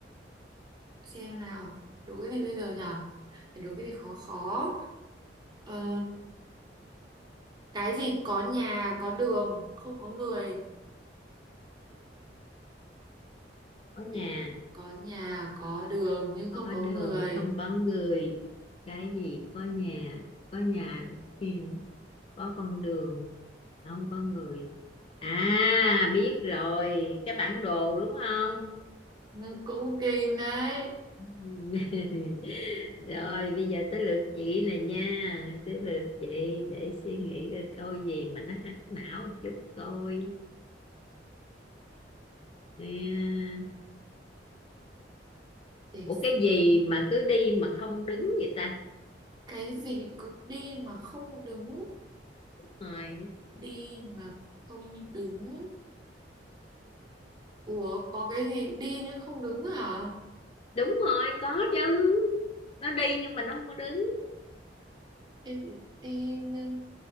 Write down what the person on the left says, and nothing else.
có nhà
có
đường
không có người cái gì có nhà có nhà kia, có con đường không có người à biết rồi cái bản đồ đúng không
<laughs> rồi bây giờ tới lượt chị này nha tới lượt chị để suy nghĩ coi câu gì mà nó hack não chút coi Nè,
Ủa
cái gì mà cứ đi mà không đứng vậy ta?
Rồi.
Đúng rồi, có chứ. Nó đi nhưng mà nó không có đứng.